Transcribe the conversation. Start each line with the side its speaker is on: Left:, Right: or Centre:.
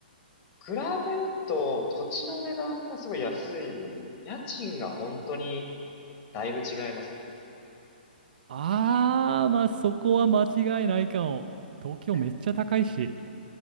Left: 比べると土地の値段がすごい安い分、家賃が本当にだいぶ違いますね。
Right: あー、まあそこは間違いないかも。東京めっちゃ高いし。
Left: はい